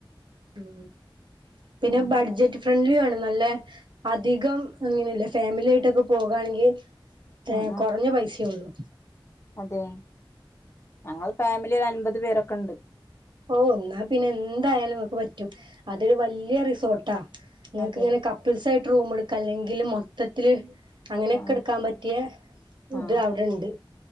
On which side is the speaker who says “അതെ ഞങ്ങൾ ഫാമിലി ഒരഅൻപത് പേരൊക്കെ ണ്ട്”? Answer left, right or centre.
Left